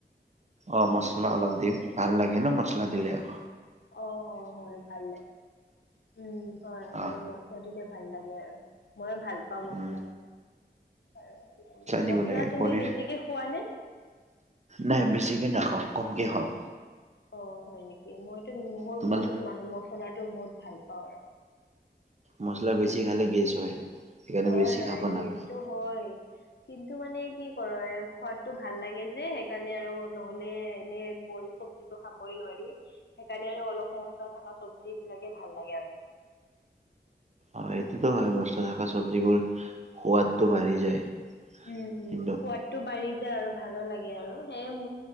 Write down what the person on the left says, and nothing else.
অ',
অ অ হয় ভাল লাগে, উম হয়
এ মই অ, তেতিয়া ভাল লাগে আৰু মইয় ভাল পাওঁ মছলা
আৰু
মছলা
তুমি
বেছিকে খোৱা নে?
অ, হয় নেকি মইতো মোহোৰ
বহুত মা মছলাটো বহুত ভাল পাওঁ আৰ
হয়
-হয়
গেছটো
হয়। কিন্তু মানে কি কৰোঁ আৰু খোৱাটো ভাল লাগে যে সেইকাৰণে আৰু নহ'লে এনে বইল চব্জিটো খাবই নোৱাৰি সেইকাৰণে আৰু অলপ মচলা থাকা চব্জি বিলাকে ভাল লাগে আৰু।
উম -উম
সোৱাত টো বাঢ়ি যায় আৰু ভালো লাগে আৰু সেয়ে